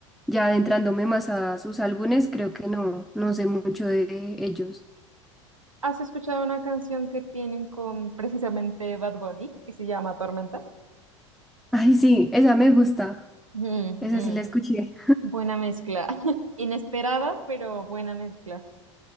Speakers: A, in the centre; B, on the right (about 85°).
A: ya adentrándome más a sus álbumes, creo que no, no sé mucho de ellos.
B: ¿Has escuchado una canción que tienen con precisamente Bad Bunny, que se llama Tormenta?
A: Ay, sí, esa me gusta.
B: Mm,
A: Esa
B: mm.
A: sí la escuché.
B: Buena mezcla. <laughs> Inesperada, pero buena mezcla.